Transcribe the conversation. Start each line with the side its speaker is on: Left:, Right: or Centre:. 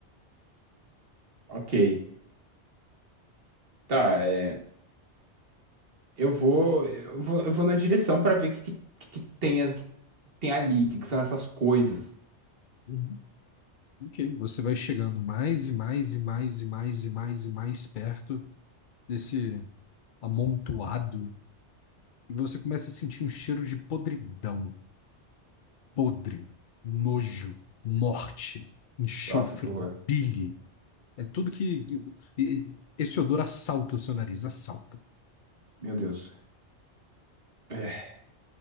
Right: ok. Tá, é, eu vou, eu vou, eu vou na direção pra ver o que, que, que que tem, a- que tem ali, o que, que são essas coisas.
Left: Uhum. Ok. Você vai chegando mais e mais e mais e mais e mais e mais perto desse amontoado e você começa a sentir um cheiro de podridão, podre, nojo, morte, enxofre,
Right: Nossa, que horror.
Left: bile. É tudo que. que- e- Esse odor assalta o seu nariz, assalta.
Right: Meu Deus. É,